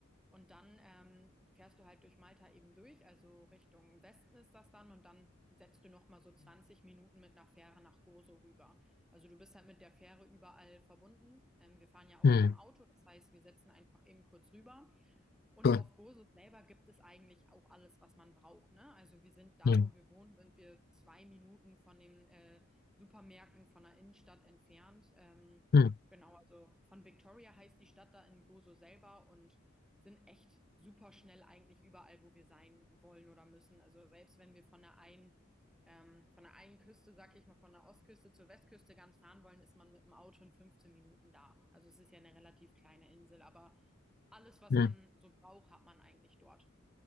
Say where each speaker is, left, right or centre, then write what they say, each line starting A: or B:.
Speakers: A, in the centre; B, on the left.
A: Und dann ähm, fährst du halt durch Malta eben durch, also Richtung Westen ist das dann. Und dann setzt du nochmal so 20 Minuten mit einer Fähre nach Gozo rüber. Also du bist halt mit der Fähre überall verbunden. Ähm, wir fahren ja auch
B: Hm.
A: mit dem Auto, das heißt, wir setzen einfach eben kurz rüber. Und
B: Cool.
A: auf Gozo selber gibt es eigentlich auch alles, was man braucht, ne? Also wir sind da,
B: Hm.
A: wo wir wohnen, sind wir zwei Minuten von den äh, Supermärkten von der Innenstadt entfernt. Ähm,
B: Hm.
A: genau, also von Victoria heißt die Stadt da in Gozo selber und sind echt super schnell eigentlich überall, wo wir sein wollen oder müssen. Also selbst wenn wir von der einen ähm, von der einen Küste, sag ich mal, von der Ostküste zur Westküste ganz fahren wollen, ist man mit dem Auto in 15 Minuten da. Also es ist ja eine relativ kleine Insel, aber alles, was
B: Hm. Hm.
A: man so braucht, hat man eigentlich dort.